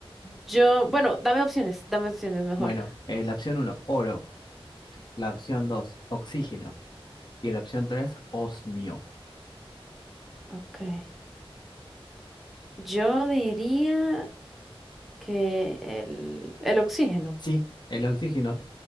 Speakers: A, in the centre; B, on the left.
A: Yo, bueno, dame opciones, dame opciones
B: <laughs>
A: mejor.
B: Bueno, eh, la opción uno, oro. La opción 2, oxígeno. Y la opción tres osmio.
A: Okay. Yo diría que el, el oxígeno.
B: Sí, el oxígeno.